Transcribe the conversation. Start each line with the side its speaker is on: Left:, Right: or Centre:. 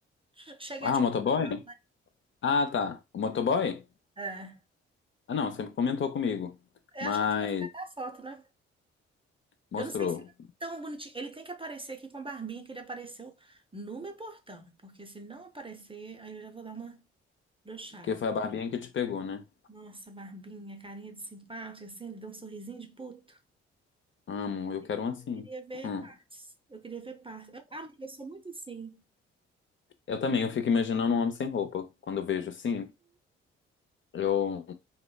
Right: Che- Cheguei
Left: Ah,
Right: a te
Left: o motoboy?
Right: mostrar,
Left: Ah, tá. O motoboy?
Right: não, não. é.
Left: Ah, não, sempre comentou comigo.
Right: Eu
Left: Mas
Right: acho que eu te mostrei até a foto, né?
Left: mostrou.
Right: Eu não sei se ele é tão bonitinho. Ele tem que aparecer aqui com a barbinha que ele apareceu no meu portão. Porque se não aparecer, aí eu já vou dar uma brochada.
Left: Porque foi a barbinha que te pegou, né?
Right: Nossa, barbinha, carinha de simpático, assim, ele dá um sorrisinho de puto.
Left: Amo, eu
Right: Eu
Left: quero
Right: queria
Left: um assim.
Right: eu queria ver
Left: Hum.
Right: partes. Eu queria ver partes. Eu, ah, mas eu sou muito assim.
Left: Eu também, eu fico imaginando um homem sem roupa. Quando eu vejo assim, eu.